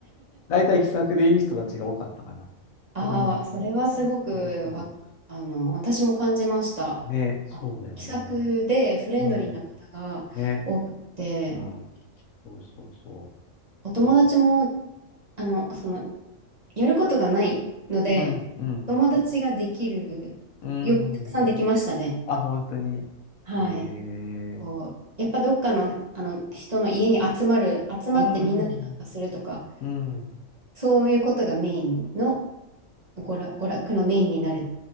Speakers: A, on the left; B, on the right.
A: 大体気さくでいい人たちが多かったかな。
B: ああ、
A: うん。
B: それはすごくわ、
A: そうそ
B: あの、私も感じました。
A: う。ね、そうだよね。
B: あの気さくでフレンドリーな方が多くて、
A: なんうん。ね。うん。そうそうそ
B: お友達も、
A: う。いいと。
B: あの、その、やることがないので、
A: うん、うん。
B: 友達ができる、
A: うん、
B: よ、たくさんできましたね。
A: うん。あ、本当に。
B: はい。
A: えー。
B: こう、やっぱどっかの、あの人の家に集まる、集まってみんなでなんかするとか、
A: うん、うん。うん。
B: そういうことがメインの、娯楽、娯楽のメインになるっ